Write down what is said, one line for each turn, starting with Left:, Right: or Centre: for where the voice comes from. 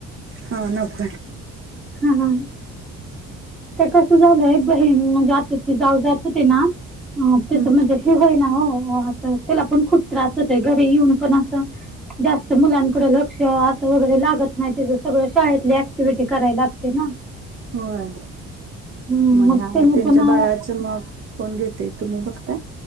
Right: हा नक
Centre: हम् तर कसं झालंय बहीण जात ते जाऊ जात होते ना अ त्याच
Right: हम्म
Centre: म्हणजे हे होय ना हो असं त्याला पण खूप त्रास होतय घरी येऊन पण असं जास्त मुलांकडे लक्ष असं वगैरे लागत नाही त्या सगळ शाळेतले ऍक्टिव्हटी करायला लागते ना
Right: होय
Centre: हम्म
Right: मग ह्या
Centre: त्यानी
Right: त्यांच्या
Centre: पण
Right: बाळात मग कोण घेते तुम्ही बघताय